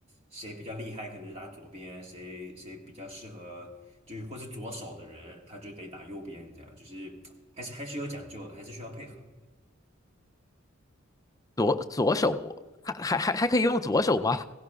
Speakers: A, on the right; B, on the left.
A: 谁比较厉害，可能就打左边，谁谁比较适合，就是或是左手的人，他就得打右边，这样就是还是还是有讲究的，还是需要配合的。
B: 左左手还还还还可以用左手吗？